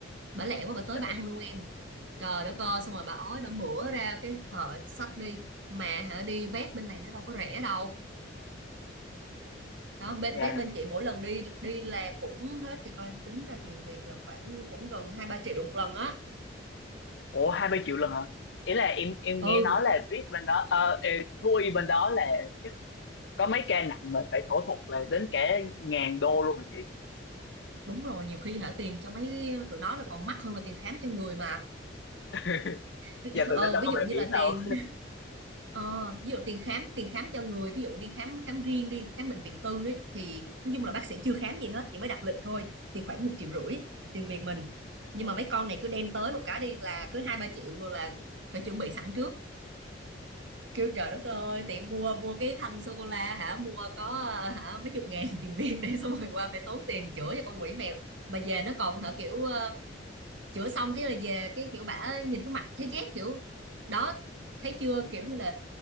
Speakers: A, on the right; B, on the left.
A: bà lẹ quá
B: Ôi
A: bà tới
B: trời
A: bà ăn luôn em trời đất ơi xong rồi bà ói bà mửa ra cái thợ xách đi mà hả đi vét bên này nó đâu có rẻ đâu đó bên
B: Dạ.
A: vét bên chị mỗi lần đi đi là cũng hết thì coi tính ra tiền Việt là khoảng cũng gần hai ba triệu một lần á
B: Ủa 20 triệu lần hả? Ý là em em
A: ừ
B: nghe nói là VIP bên đó ờ ê, thú y bên đó là chắc có mấy ca nặng mà phải phẫu thuật là đến cả ngàn đô luôn hả chị?
A: đúng rồi nhiều khi hả tiền cho mấy tụi nó là còn mắc hơn là tiền khám cho người mà
B: <laughs>
A: ví,
B: Giờ
A: ờ,
B: tụi nó đâu
A: ví
B: có
A: dụ
B: bảo
A: như
B: hiểm
A: là
B: đâu.
A: tiền Ờ, ví dụ tiền khám tiền khám cho người ví dụ đi khám khám riêng đi khám bệnh viện tư đấy thì nói chung là bác sĩ chưa khám gì hết chỉ mới đặt lịch thôi thì khoảng một triệu rưỡi tiền Việt mình nhưng
B: Ờ.
A: mà mấy con này cứ đem tới một cái đi là cứ hai ba triệu rồi là phải chuẩn bị sẵn trước kêu trời đất ơi tiện mua mua cái thanh sô cô la hả mua có ờ, hả mấy chục ngàn <laughs> tiền Việt để xong rồi qua phải tốn tiền chữa cho con quỷ mèo mà về nó còn hả kiểu ờ, chữa xong cái là về cái kiểu bả nhìn cái mặt thấy ghét kiểu đó thấy chưa kiểu như là